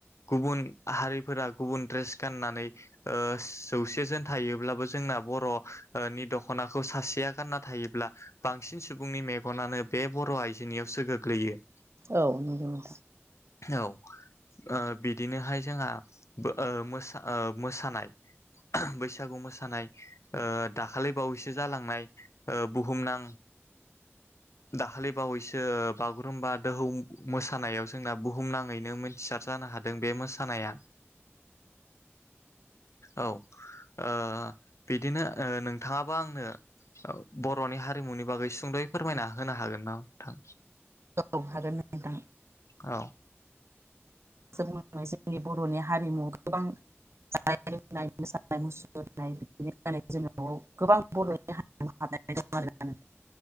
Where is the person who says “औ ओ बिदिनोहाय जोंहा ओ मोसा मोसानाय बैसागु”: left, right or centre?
Left